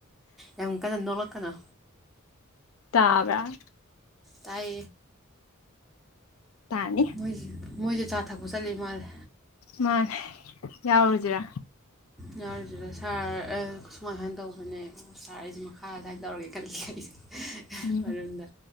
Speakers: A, in the centre; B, on the left (about 80°).
A: ꯌꯥꯝ ꯀꯟꯅ ꯅꯣꯛꯂꯛꯀꯅꯣ
B: ꯇꯥꯕꯔ꯭
A: ꯇꯥꯏ
B: ꯇꯥꯅꯤ
A: ꯃꯣꯏ ꯃꯣꯏꯖꯦ ꯆꯥ ꯊꯛꯄ ꯆꯠꯂꯤ ꯃꯥꯜꯂꯦ
B: ꯃꯥꯅꯦ ꯌꯥꯎꯔꯨꯖꯤꯔꯥ
A: ꯌꯥꯎꯔꯤꯁꯤꯗ ꯁꯥꯔ ꯑꯥ ꯁꯨꯃꯥꯏ ꯁꯨꯃꯥꯏꯅ ꯇꯧꯕꯅꯦ ꯁꯥꯔ ꯑꯩꯁꯦ ꯃꯈꯥ ꯁꯥꯏꯅ ꯇꯧꯔꯒꯦ ꯈꯜꯂꯤ ꯑꯩꯁꯦ
B: ꯎꯝ
A: ꯃꯔꯝꯗ